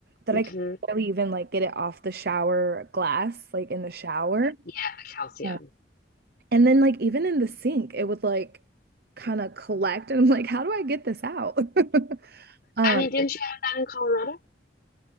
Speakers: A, on the right (about 60°); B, on the left (about 55°).
A: that
B: Mhm.
A: I could barely even like get it off the shower glass, like in the shower.
B: Yeah, the calcium.
A: Yeah. And then like even in the sink, it would like kind of collect and I'm like, how do I get this out? <laughs> Um,
B: I mean, didn't you have that in Colorado?